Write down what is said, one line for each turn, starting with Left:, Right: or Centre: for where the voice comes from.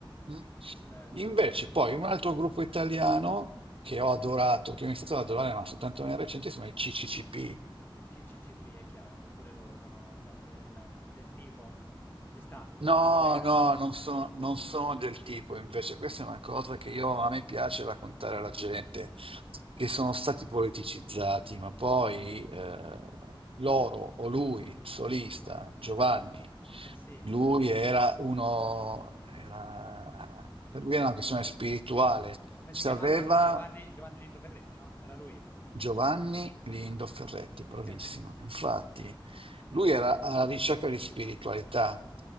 Right: Mm.
Left: Bello.
Right: Invece poi un altro gruppo italiano che ho adorato, che ho iniziato ad adorare, ma soltanto nel recente, sono i CCCP.
Left: I CCCP è chiaro, pure loro sono sempre del, del tipo. Ci sta,
Right: No,
Left: sono collegati.
Right: no, non sono, non sono del tipo, invece questa è una cosa che io, a me piace raccontare alla gente, che sono stati politicizzati, ma poi eh, loro o lui, il solista, Giovanni,
Left: Eh sì,
Right: lui era uno, era- per lui era una questione spirituale,
Left: Come
Right: sapeva
Left: si chiamava? Giovanni, Giovanni Lindo Ferretti, no? Era lui.
Right: Giovanni Lindo Ferretti, bravissimo.
Left: Ok, ok.
Right: Infatti, lui era alla ricerca di spiritualità